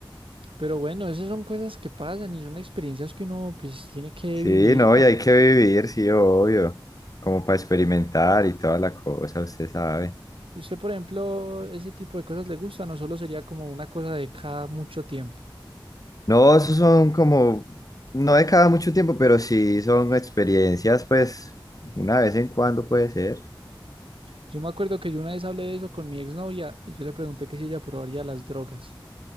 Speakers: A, on the right; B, on the left.
A: Pero bueno, esas son cosas que pasan y son experiencias que uno pues tiene que
B: Sí,
A: vivir,
B: no,
A: ¿no?
B: y hay que vivir, sí, obvio. Como para experimentar y toda la cosa, usted sabe.
A: Usted, por ejemplo, ese tipo de cosas le gusta, no solo sería como una cosa de cada mucho tiempo.
B: No, esos son como, no de cada mucho tiempo, pero sí son experiencias, pues, una vez en cuando puede ser.
A: Yo me acuerdo que yo una vez hablé de eso con mi exnovia y yo le pregunté que si ella probaría las drogas.